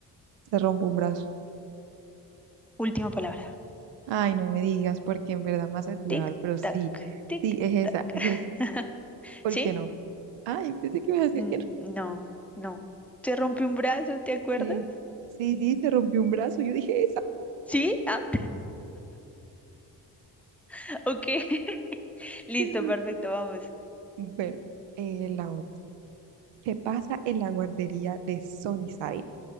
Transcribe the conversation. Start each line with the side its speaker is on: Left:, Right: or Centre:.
Right: se rompe un brazo.
Centre: Última palabra.
Right: Ay, no me digas, porque en verdad me hace dudar,
Centre: Tic,
Right: pero sí,
Centre: tac, tic,
Right: sí, es
Centre: tac.
Right: esa, es esa.
Centre: <laughs>
Right: ¿Por
Centre: ¿Sí?
Right: qué no? Ay, pensé que ibas a decir
Centre: Mm,
Right: que no.
Centre: No, no. Se rompe un brazo, ¿te acuerdas?
Right: Sí, sí, sí, se rompió un brazo, yo dije esa.
Centre: ¿Sí? Ah, <laughs> ok. <laughs> Listo,
Right: Qué
Centre: perfecto, vamos.
Right: Bueno, eh, la otra. ¿Qué pasa en la guardería de Sunnyside?